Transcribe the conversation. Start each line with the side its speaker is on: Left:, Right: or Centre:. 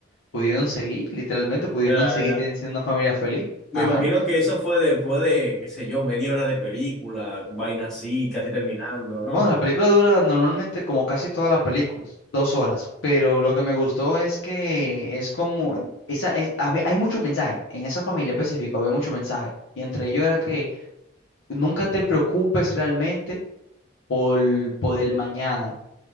Left: pudieron seguir, literalmente, pudieron
Centre: Ya,
Left: seguir
Centre: ya.
Left: ten- siendo una familia feliz.
Centre: Me
Left: Ajá.
Centre: imagino que eso fue después de, qué sé yo, media hora de película, con vaina así, casi terminando, ¿no?
Left: Bueno, la película dura normalmente como casi todas las películas, dos horas, pero lo que me gustó es que es como, esa, es, hab- hay mucho mensaje, en esa familia específica había mucho mensaje, y entre ellos era que nunca te preocupes realmente por, por el mañana